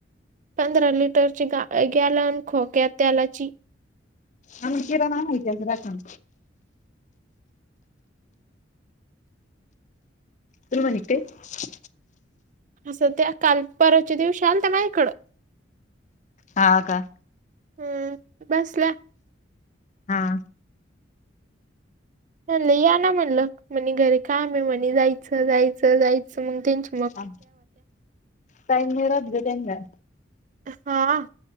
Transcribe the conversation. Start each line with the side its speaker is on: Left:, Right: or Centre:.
Right: पंधरा लिटरची गा गॅलन खोक्या‌ तेलाची
Left: आम्हाला किराना आणायची आज रातून तुला म्हणे का काही
Right: असं त्या काल परवाच्या दिवशी आलता ना इकडं
Left: हां का
Right: हम्म बसला
Left: हां
Right: म्हणलं या ना म्हणलं म्हणे घरी काम आहे म्हणे जायचं जायचं जायचं मग त्यांच्या
Left: हा टाईम नाही राहत गं त्यांना
Right: हां